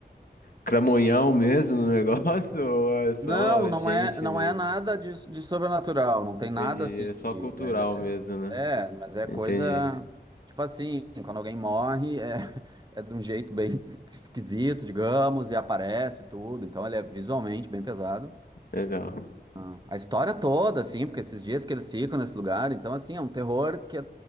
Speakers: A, on the left; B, on the right.
A: cramonhão mesmo no negócio <laughs> ou é só
B: Não, não
A: gente
B: é, não
A: mesmo?
B: é nada de, de sobrenatural, não tem
A: Entendi.
B: nada assim
A: É só
B: de.
A: cultural mesmo, né?
B: É, é, mas é
A: Entendi.
B: coisa. Tipo assim, quando alguém morre, é, <laughs> é de um jeito bem <laughs> esquisito, digamos, e aparece tudo, então ele é visualmente bem pesado.
A: Legal.
B: Ah, A história toda, assim, porque esses dias que eles ficam nesse lugar, então, assim, é um terror que é